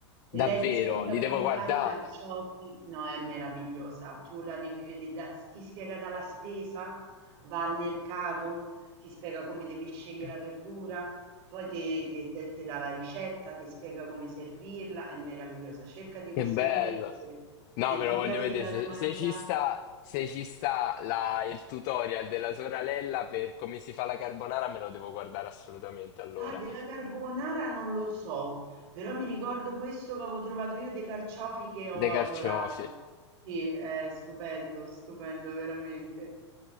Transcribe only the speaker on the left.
davvero,
li
devo guardare.
Che
bello!
No,
me
lo voglio
vedere.
Se,
se ci sta, se ci sta la- il tutorial della sorella per come si fa la carbonara, me lo devo guardare assolutamente allora.
Dei
carciofi.